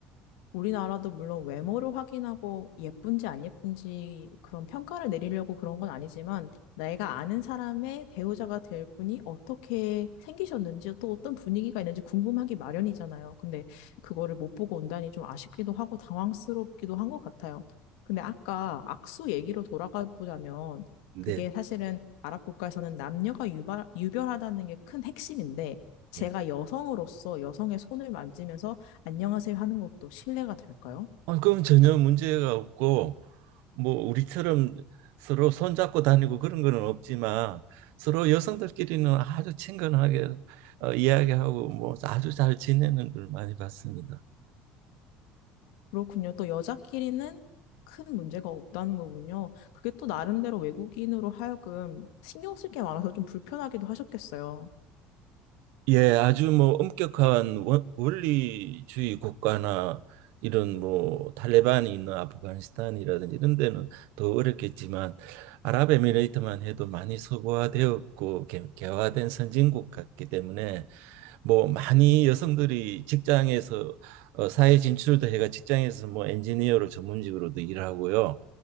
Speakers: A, on the left; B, on the right.
A: 우리나라도 물론 외모를 확인하고 예쁜지 안 예쁜지 그런 평가를 내리려고 그런 건 아니지만 내가 아는 사람의 배우자가 될 분이 어떻게 생기셨는지 또 어떤 분위기가 있는지 궁금하기 마련이잖아요. 근데 그거를 못 보고 온다니 좀 아쉽기도 하고 당황스럽기도 한 것 같아요. 근데 아까 악수 얘기로 돌아가 보자면
B: 네.
A: 그게 사실은 아랍 국가에서는 남녀가 유발, 유별하다는 게 큰 핵심인데 제가
B: 예.
A: 여성으로서 여성의 손을 만지면서 안녕하세요 하는 것도 실례가 될까요?
B: 아, 그럼 전혀 문제가 없고 뭐 우리처럼 서로 손잡고 다니고 그런 거는 없지만 서로 여성들끼리는 아주 친근하게 어, 이야기하고 뭐 아주 잘 지내는 걸 많이 봤습니다.
A: 그렇군요. 또 여자끼리는 큰 문제가 없다는 거군요. 그게 또 나름대로 외국인으로 하여금 신경 쓸 게 많아서 좀 불편하기도 하셨겠어요.
B: 예, 아주 뭐 엄격한 원, 원리주의 국가나 이런 뭐 탈레반이 있는 아프가니스탄이라든지 이런 데는 더 어렵겠지만 아랍에미레이트만 해도 많이 서구화되었고 개, 개화된 선진국 같기 때문에 뭐 많이 여성들이 직장에서 어, 사회 진출도 해가 직장에서 뭐 엔지니어로 전문직으로도 일하고요.